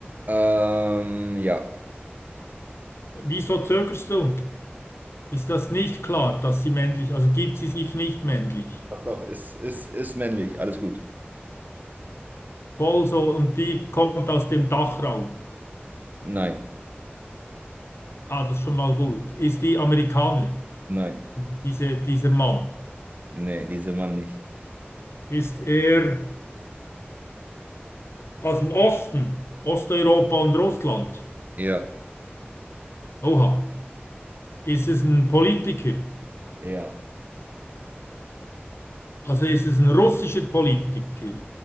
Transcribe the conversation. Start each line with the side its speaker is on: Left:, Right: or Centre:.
Right: Ähm, ja.
Left: Wieso zögerst du? Ist das nicht klar, dass sie männlich, also gibt sie sich nicht männlich?
Right: Doch, doch, ist, ist, ist männlich. Alles gut.
Left: Voll so, und die kommt aus dem Dachraum.
Right: Nein.
Left: Ah, das ist schon mal gut. Ist die Amerikaner,
Right: Nein.
Left: diese, dieser Mann?
Right: Nee, diese Mann nicht.
Left: Ist er aus dem Osten, Osteuropa und Russland?
Right: Ja.
Left: Oha. Ist es ein Politiker?
Right: Ja.
Left: Also ist es ein russischer Politiker.